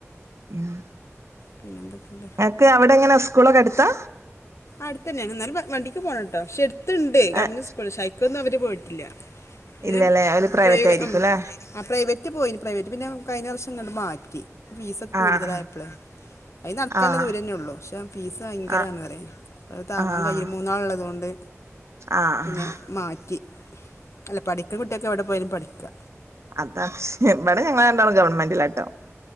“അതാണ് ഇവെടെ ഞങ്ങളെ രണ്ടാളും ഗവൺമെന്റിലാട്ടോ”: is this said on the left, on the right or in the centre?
Right